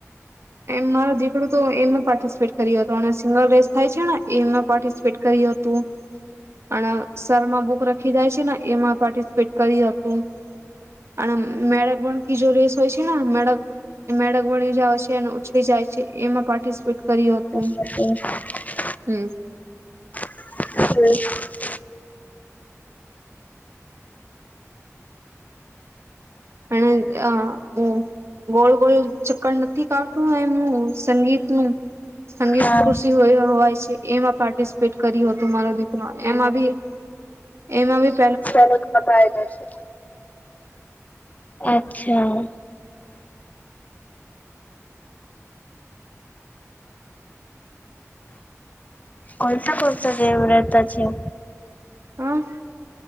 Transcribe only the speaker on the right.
એમ મારો દીકરો. તો એનું પાર્ટિસિપેટ કરી તોને સિંગલ રેસ થાય છે ને. એમાં પાર્ટિસિપેટ કરી હતું અને સરમાં બુક રાખી જાય છે ને એમાં પાર્ટિસિપેટ કરી હતું અને મેડક વણકી જો રેસ હોય છે ને મેળક મેળક ઉડી જાય છે ને ઉંચકી જાય છે એમાં પાર્ટિસિપેટ કર્યું હતું.
હમ્મ.
અને હું ગોળ ગોળ ચક્કર નથી કાઢતું એું સંગીતનુંું સંગીત
કૃષિ હોય છે એમાં પાર્ટ ફિટ કર્યો હતું મારો દીકરો એમ આવી એમાં <unintelligible>
હા <unintelligible>